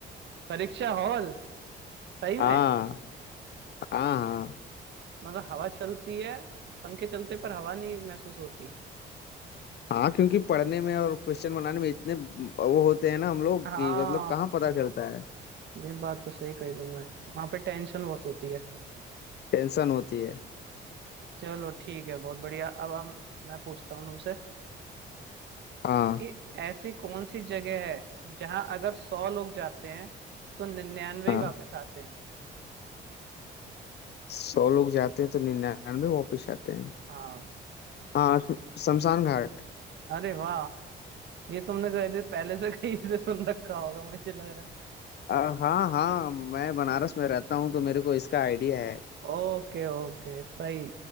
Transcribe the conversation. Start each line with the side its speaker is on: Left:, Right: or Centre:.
Right: परीक्षा हॉल सही में
Left: हाँ हाँ हाँ
Right: मतलब हवा चलती है पंखे चलते पर हवा नहीं महसूस होती
Left: हाँ क्योंकि पढ़ने में और क्वेश्चन बनाने में इतने वो होते हैं ना हम लोग
Right: हाँ
Left: कि मतलब कहाँ पता चलता है
Right: ये बात तो सही कही तुमने वहां पे टेंशन बहुत होती है
Left: टेंशन होती है
Right: चलो ठीक है बहुत बढ़िया अब हम मैं पूछता हूँ तुमसे
Left: हाँ
Right: कि ऐसी कौन सी जगह है जहां अगर सौ लोग जाते हैं तो निन्यानवे
Left: हाँ
Right: ही वापस आते हैं
Left: सौ लोग जाते हैं तो निन्यानवे वापस आते हैं
Right: हाँ
Left: हाँ श- शमशान घाट
Right: अरे वाह ये तुमने कहे थे पहले से कहीं से सुन रखा होगा मुझे लग रहा है
Left: आ, हाँ हाँ मैं बनारस में रहता हूँ तो मेरे को इसका आइडिया है
Right: ओके ओके सही